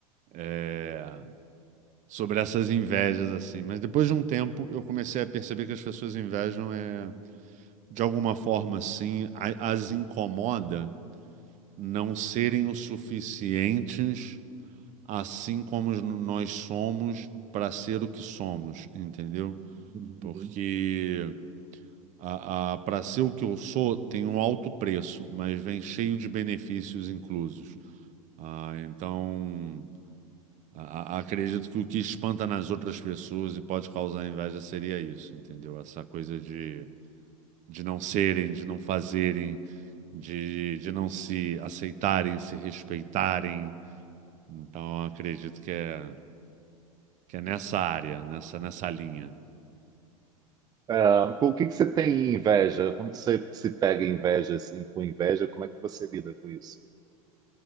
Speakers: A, on the right (about 40°); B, on the right (about 20°).
A: É, Sobre essas invejas, assim. Mas depois de um tempo, eu comecei a perceber que as pessoas invejam é de alguma forma, assim, a- as incomoda não serem o suficientes, assim como n- nós somos, para ser o que somos, entendeu?
B: Uhum.
A: Porque a, a, para ser o que eu sou, tem um alto preço, mas vem cheio de benefícios inclusos. Ah, então, a- a- acredito que o que espanta nas outras pessoas e pode causar inveja seria isso, entendeu? Essa coisa de, de não serem, de não fazerem. de, de não se aceitarem, se respeitarem. Então, eu acredito que é, que é nessa área, nessa, nessa linha.
B: Ah, com o que que você tem inveja? Quando você se pega em inveja, assim, com inveja, como é que você lida com isso?